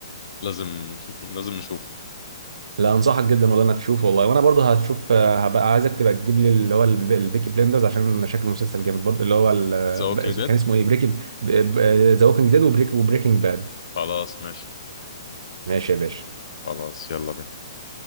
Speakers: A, on the left; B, on the right.
A: لازم <laughs> لازم نشوف
B: لا انصحك جدا والله انك تشوف والله وانا برضه هتشوف آه، هبقى عايزك تبقى تجيب لي اللي هو الب- البيكي بلندرز عشان شكل المسلسل جامد برضه اللي هو ال-
A: ذا ووكينج
B: بقى-
A: ديد
B: كان اسمه ايه بريكنج ذا ووكينج ديد وبريك وبريكنج باد
A: خلاص ماشي
B: ماشي يا باشا
A: خلاص يلا بينا